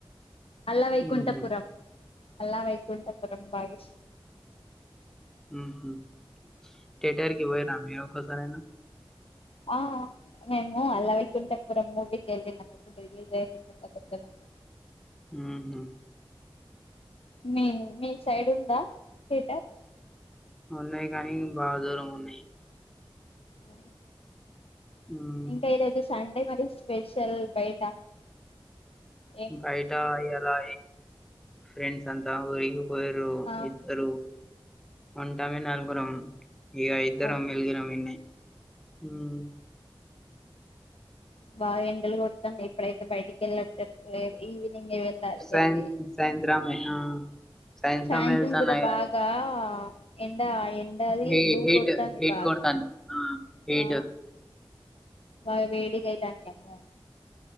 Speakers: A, on the left; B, in the centre.
A: అలా వైకుంఠపురం.
B: ఉమ్హు,
A: అలా వైకుంఠపురం బాగ ఇష్
B: ఉ హు, థియేటర్ కి పోయిర్రా మీరు? ఓసారైనా?
A: ఆ, మేము అలా వైకుంఠపురం మూవీకెల్లినం, రిలిజ్ అయినా కొత్త కొత్త లో.
B: ఉ హు
A: మేము మీ సైడ్ ఉందా థిటర్?
B: ఉన్నాయి గనీ బాగ దూరం ఉన్నాయి.
A: ఆ
B: ఉమ్,
A: ఇంకా ఇరోజు సండే మరి స్పెషల్ బయట ఏం
B: బయట ఎలా ఫ్రెండ్స్ అంతాఊరికి పోయరు
A: ఆ
B: ఇద్దరు ఉంటమే నలుగురం ఇగ ఇద్దరం
A: అవును
B: మెల్గినం ఈడనె హమ్
A: బాగా ఎండలు కొడతానయ్ ఇప్పుడైతే బయటికి వెళ్ళ <unintelligible> చ్చలే ఈ వి ఇంగ వెళ్ళాలి
B: సాయం
A: వెళ్తే
B: సాయంత్రమే ఆ
A: సాయంత్రం
B: వెళ్తాన్న
A: కూడా
B: ఇగ
A: బాగా ఎండ ఎ ఉండది
B: హే
A: లూ
B: హీట్
A: కొడతా
B: హీట్
A: బాగా
B: కొడతాంది ఆ హీట్
A: ఆ అ వేడి వేడి గయితామ్ది కదా